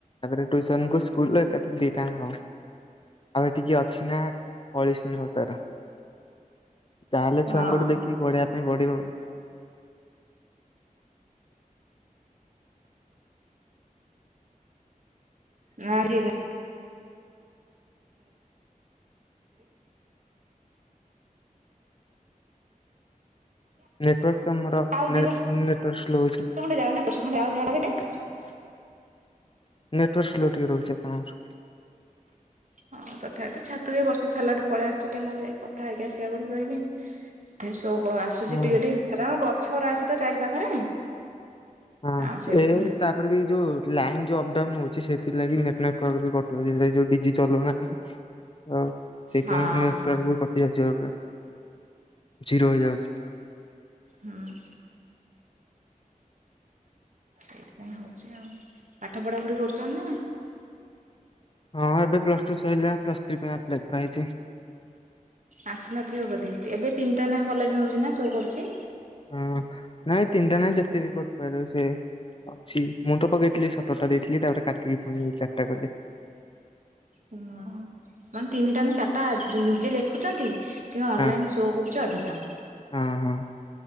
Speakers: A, on the left; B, on the right.
A: ଆଧିରେ ଟ୍ଯୁସନ କୁ ସ୍କୁଲ ଏକାଥରେ ଦିଟାଙ୍କ ହବ। ଆଉ ଏଠି କିଏ ଅଛି ନା ପଳେଇଛନ୍ତି ସବୁ ତାର ତାହେଲେ ଛୁଆଙ୍କଠୁ
B: ହଁ
A: ଦେଖିକି ପଢିବା ପାଇଁ ପଡିବ ଆଉ।
B: <inaudible>
A: ନେଟୱାର୍କ ତମର
B: ଆଉ
A: ନେଟ
B: ଦି ବର୍ଷ
A: ନେଟୱାର୍ ସ୍ଲୋ ଅଛି।
B: <unintelligible>
A: ନେଟୱାର୍କ ସ୍ଲୋ ଟିକେ ରହୁଛି ଆପଣଙ୍କର।
B: ହଁ ତଥାପି ତ ଛାତକୁ ଏ ବର୍ଷା ଛାଡ଼ିଲାଠୁ ପଳେଇ ଆସିଛି ମୁଁ କହିଲି ଯାଇକି କଥା ହେଇକି ଆସିବା ବୋଲି କହିକି। ତଥାପି ସୋ ଆସୁଛି
A: ହୁଁ।
B: ଟିକେ ଟିକେ ଆରେ ଆମ ଗଛ ଗୁଡା ଅଛି ତ ଚାରି ପାଖରେ
A: ହଁ
B: ଆଉ
A: ସେ
B: ସେଇଥିପାଇଁ
A: ତାପରେ ବି ଯୋଉ ଲାଇନ୍ ଯୋଉ ଅପଡାଉନ ହଉଛି ସେଥିଲାଗି ନେଟୱାର୍କ ବି କଟୁଛି ଯୋଉ ଡିଜି ଚଲୁ ନା। ଆଉ ସେଥିପାଇଁ
B: ହଁ
A: ନେଟୱାର୍କ ବି କଟୁ ରେଜିଅପା ଜିରୋ ହେଇଯାଉଛି।
B: ହୁଁ। ହେଇଥିପାଇଁ ହଉଛି ଆଉ ପାଠ ପଢ଼ାପଢ଼ି କରୁଛନ୍ତି ନା?
A: ହଁ ଏବେ ପ୍ଲସ ଟୁ ସଇଲା ପ୍ଲସ୍ ଥ୍ରୀ ପାଇଁ ଆପ୍ଲାଏ କରାହେଇଛି।
B: ଆସିନଥିବ ବୋଧେ ଏବେ ତିନିଟା ନାଖା କଲେଜ ନଉଛି ନା ଶୋ କରୁଛି।
A: ହଁ ନାଇଁ ତିନିଟା ନାଇଁ ଯେତେବି କରିପାରିବ ସେ ଅଛି ମୁଁ ତ ପକେଇଥିଲି ସତରଟା ଦେଇଥିଲି ତାପରେ କାଟିକି ପୁଣି ଚାରିଟା କଲି।
B: ହଁ। କଣ ତିନିଟା ନା ଚାରିଟା ନିଜେ ଲେଖୁଛନ୍ତି କିନ୍ତୁ ଅନଲାଇନ
A: ହଁ
B: ଶୋ କରୁଛି ଅଧିକ।
A: ହଁ ହଁ।